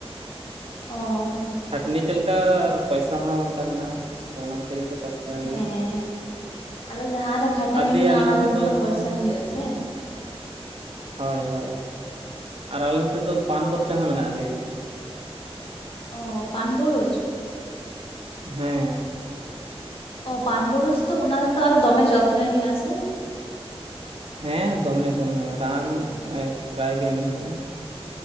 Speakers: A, on the left; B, on the right.
A: ᱚᱸ
B: ᱠᱷᱟᱹᱴᱱᱤ ᱪᱮᱫ ᱞᱮᱠᱟ ᱟᱨ ᱯᱚᱭᱥᱟ ᱦᱚᱸ ᱚᱱᱠᱟ ᱢᱮᱱᱟᱜᱼᱟ ᱛᱚ ᱚᱱᱟ ᱠᱷᱟᱹᱛᱤᱨ ᱜᱮᱠᱚ ᱪᱟᱹᱥ ᱵᱟᱲᱟᱭ
A: ᱦᱮᱸ
B: ᱜᱮᱭᱟ
A: ᱟᱫᱚ ᱡᱟᱦᱟᱸ ᱨᱮ ᱠᱷᱟᱴᱟᱹᱱᱤ
B: ᱟᱨ ᱫᱤᱭᱮ
A: ᱢᱮᱱᱟᱜᱼᱟ
B: ᱟᱞᱮ
A: ᱚᱱᱟ
B: ᱱᱚᱛᱮ
A: ᱨᱮ
B: ᱫᱚ
A: ᱛᱚ
B: ᱟᱨᱦᱚᱸ
A: ᱯᱚᱭᱥᱟ ᱦᱩᱭᱩᱜ ᱟ ᱥᱮ
B: ᱦᱳᱭ ᱦᱳᱭ ᱟᱨ ᱟᱞᱮ ᱱᱚᱛᱮ ᱫᱚ ᱯᱟᱱᱵᱚᱨᱪᱟ ᱦᱚᱸ ᱢᱮᱱᱟᱜᱼᱟ ᱫᱤ
A: ᱚ ᱯᱟᱱᱵᱩᱨᱩᱡᱽ
B: ᱦᱮᱸ
A: ᱚ ᱯᱟᱱᱵᱩᱨᱩᱡᱽ ᱛᱚ ᱚᱱᱟ ᱫᱚᱛᱚ ᱟᱨᱚ ᱫᱚᱢᱮ ᱡᱚᱛᱱᱚᱭ ᱦᱩᱭᱩᱜ ᱟᱥᱮ
B: ᱦᱮᱸ ᱫᱚᱢᱮ ᱫᱚᱢᱮ ᱨᱟᱱ ᱯᱨᱟᱭ ᱜᱮ ᱮᱢ ᱦᱩᱭᱩᱜᱼᱟ᱾